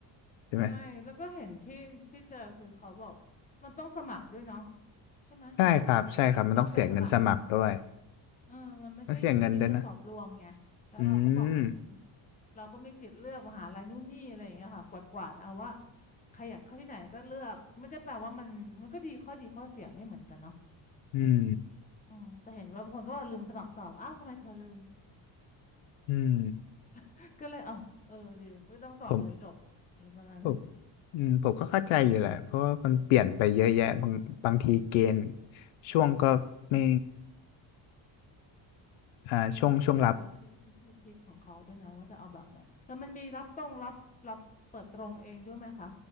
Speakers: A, on the left (about 80°); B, on the left (about 15°).
A: ใช่ไหม
B: ใช่แล้วก็เห็นที่ที่เจอคือเขาบอกมันต้องสมัครด้วยเนาะใช่ไหม
A: ใช่ครับใช่ครับมันต้องเสียเงินสมัครด้วย
B: มันต้องไปสมัครเออมันไม่ใช่ของพี่คืนสอบรวมไงแล้วเราก็บอกเหมือน
A: ต้องเสียเงินด้วยนะอืม
B: เราก็มีสิทธิ์เลือกมหาลัยนู่นนี่อะไรอย่างเงี้ยค่ะกวาดกวาดเอาว่าใครอยากเข้าที่ไหนก็เลือกไม่ได้แปลว่ามันมันก็ดีข้อดีข้อเสียไม่เหมือนกันเนาะ
A: อืม
B: อืมจะเห็นว่าบางคนก็บอกลืมสมัครสอบอ้าวทำไมเธอลืม
A: อืม
B: <laughs> ก็เลยเอ้าเออลืมก็ต้องสอบเลยจบอะไรประมาณนั้น
A: ผมผมอืมผมก็เข้าใจอยู่แหละเพราะว่ามันเปลี่ยนไปเยอะแยะบางบางทีเกณฑ์ช่วงก็ไม่อ่าช่วงช่วงรับ
B: มันขึ้นอยู่วิธีวิธีคิดของเขาด้วยนะว่าจะเอาแบบไหนแล้วมันมีรับตรงรับรับเปิดตรงเองด้วยไหมคะ